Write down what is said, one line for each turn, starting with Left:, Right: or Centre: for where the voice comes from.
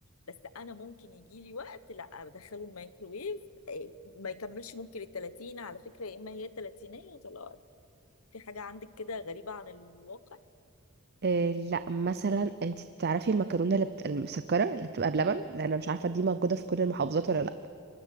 Left: بس انا ممكن يجي لي وقت لا بدخله الميكروويف إيه، ما يكملش ممكن ال 30 على فكره يا اما هي 30 وطلعت في حاجه عندك كده غريبه عن الواقع
Right: آه لا مثلا انت تعرفي المكرونه اللي بت... المسكره اللي بتبقى بلبن لان انا مش عارفه دي موجوده في كل المحافظات ولا لا